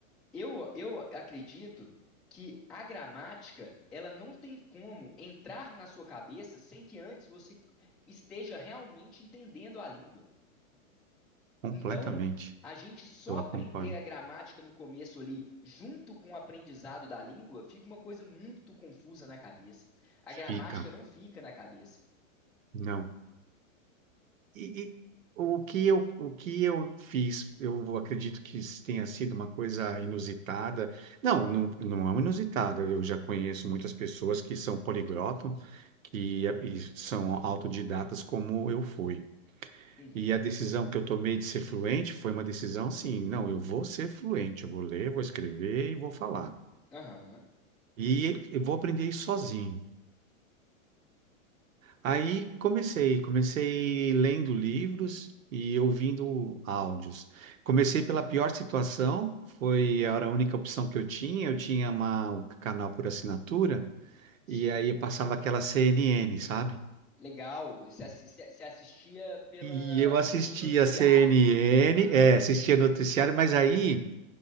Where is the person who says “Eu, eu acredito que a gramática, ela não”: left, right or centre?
Centre